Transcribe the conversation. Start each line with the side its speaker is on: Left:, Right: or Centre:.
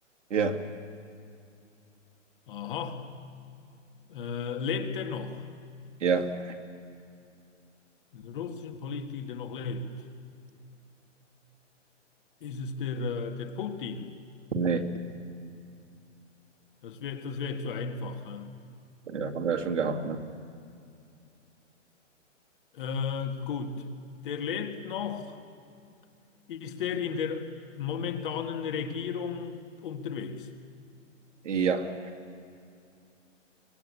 Right: Ja.
Left: Aha. Äh, lebt er noch?
Right: Ja.
Left: Ein russischer Politiker, der noch lebt. Ist es der, äh, der Putin?
Right: Nee.
Left: Das wäre das wär zu einfach. hä?
Right: Ja, haben wir ja schon gehabt, ne?
Left: Äh, gut. Der lebt noch. Ist er in der momentanen Regierung unterwegs?
Right: Ja.